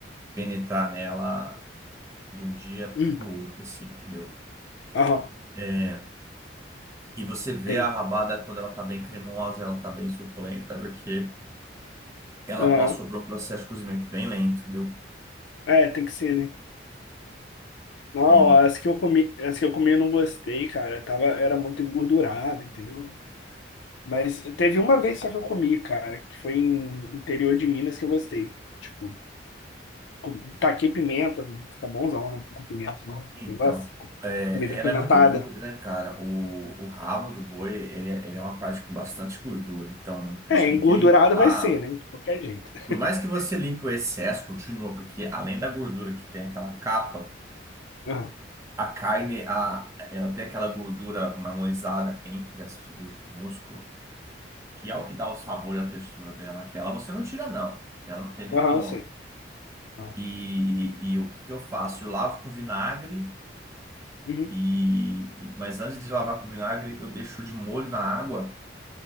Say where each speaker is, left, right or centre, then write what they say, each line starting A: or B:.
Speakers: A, on the right; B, on the left.
A: penetrar nela de um dia
B: Hum,
A: pro outro, assim, entendeu?
B: Aham.
A: É, E você vê
B: Tem.
A: a rabada quando ela tá bem cremosa, ela tá bem suculenta, porque ela
B: Aham.
A: passou por um processo de cozimento bem lento, entendeu?
B: É, tem que ser, né? Não,
A: E
B: as que eu comi, as que eu comi eu não gostei, cara. Tava, era muito engordurada, entendeu? Mas teve uma vez só que eu comi, cara, que foi em interior de Minas que eu gostei. Tipo, Com- Taquei pimenta, fica bonzão, né? Com pimenta. né?
A: então,
B: Você gosta?
A: é,
B: Comida
A: ela
B: pimentada.
A: é muito gorda, né, cara? O, o rabo do boi, ele, é- ele é uma parte com bastante gordura, então a
B: É,
A: gente tem
B: engordurada
A: que limpar.
B: vai ser, né? De qualquer jeito. <laughs>
A: Por mais que você limpe o excesso, continua, porque além da gordura que tem aquela capa,
B: Aham,
A: a carne, a, ela tem aquela gordura marmorizada entre as fibras do músculo. que é o que dá o sabor e a textura dela. Aquela você não tira, não. Aquela não tem nem
B: aham,
A: como.
B: eu sei. Aham,
A: E, e o que que eu faço? Eu lavo com vinagre,
B: uhum.
A: e, e- mas antes de lavar com vinagre, eu deixo de molho na água